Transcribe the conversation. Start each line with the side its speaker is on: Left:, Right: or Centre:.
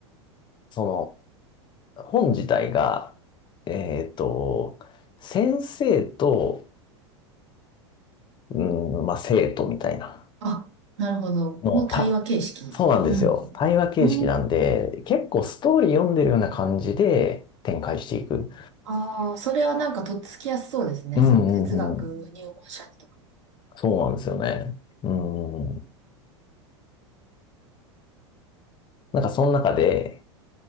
Left: その、本自体が、えっと、先生と、うん、まあ、生徒みたいな。
Right: あ、なるほど。
Left: もう、
Right: の対話形式。
Left: た、そうなんですよ。
Right: うん。
Left: 対話形式なんで、
Right: うん。
Left: 結構ストーリー読んでるような感じで展開していく。
Right: ああ、それはなんかとっつきやすそうですね。
Left: うんうんうん。
Right: その哲学入門者とか。
Left: そうなんですよね。うん。なんかその中で